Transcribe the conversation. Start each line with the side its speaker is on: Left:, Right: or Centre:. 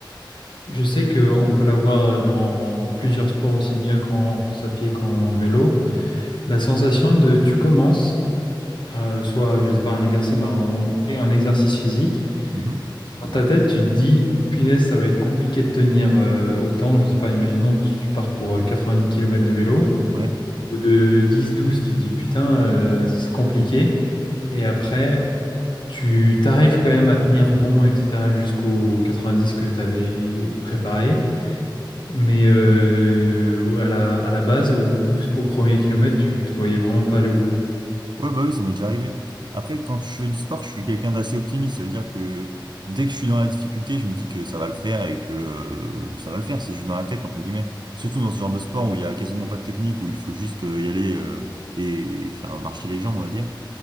Left: je sais qu'on peut l'avoir euh, dans en plusieurs sports aussi bien qu'en course à pied qu'en vélo, la sensation de tu commences, euh, soit, je sais pas, un exercice, ben, on- et un exercice physique.
Right: Mhm.
Left: Dans ta tête, tu te dis, punaise, ça va être compliqué de tenir euh, autant. Je sais pas, imaginons, tu, tu pars pour euh, 90 kilomètres de vélo.
Right: Ouais.
Left: Au bout de 10-12, tu te dis, putain, euh, c'est compliqué. Et après, tu t'arrives quand même à tenir bon, etc., jusqu'aux 90 que tu avais préparé. Mais euh, à la, à la base, au 12, au premier kilomètre, tu te voyais vraiment pas aller au bout.
Right: Ouais, bah oui, ça m'est déjà arrivé. Après, quand je fais du sport, je suis quelqu'un d'assez optimiste, ça veut dire que dès que je suis dans la difficulté, je me dis que ça va le faire et que euh, ça va le faire, c'est juste dans la tête, entre guillemets. Surtout dans ce genre de sport où il y a quasiment pas de technique, où il faut juste euh, y aller euh, et faire marcher les jambes, on va dire.